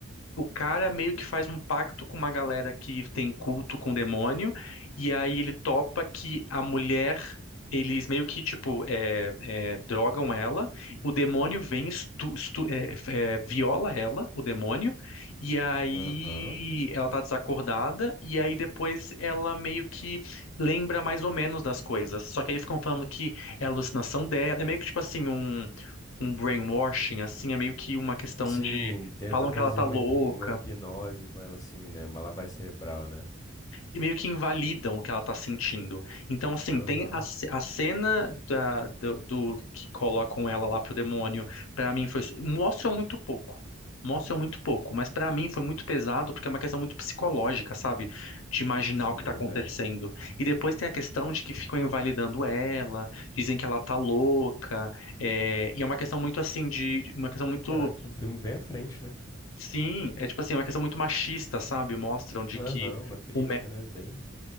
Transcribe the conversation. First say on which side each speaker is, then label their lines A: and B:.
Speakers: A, on the left; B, on the left.
A: o cara meio que faz um pacto com uma galera que tem culto com o demônio, e aí ele topa que a mulher, eles meio que, tipo, é, é, drogam ela, o demônio vem, estu, estu- é, é, viola ela, o demônio, e aí
B: Aham.
A: ela tá desacordada, e aí depois ela meio que lembra mais ou menos das coisas. Só que aí ficam falando que é alucinação dela, é meio que, tipo assim, um, um brainwashing, assim, é meio que uma questão
B: Sim,
A: de.
B: tenta
A: Falam
B: fazer
A: que ela tá
B: uma,
A: louca
B: hip- uma hipnose com ela, assim, né? Uma lavagem cerebral, né?
A: e meio que invalidam o que ela tá sentindo. Então, assim,
B: Aham,
A: tem a, ce- a cena da- do, do que colocam ela lá pro demônio, pra mim foi. Mostram muito pouco. Mostram muito pouco, mas pra mim foi muito pesado porque é uma questão muito psicológica, sabe? De imaginar
B: Sim,
A: o que tá
B: é verdade.
A: acontecendo. E depois tem a questão de que ficam invalidando ela, dizem que ela tá louca, é, e é uma questão muito assim de, uma questão muito
B: Caraca, um filme bem à frente, né?
A: Sim, é tipo assim, é uma questão muito machista, sabe? Mostram de
B: Aham,
A: que
B: uma crítica,
A: o mé...
B: né? Bem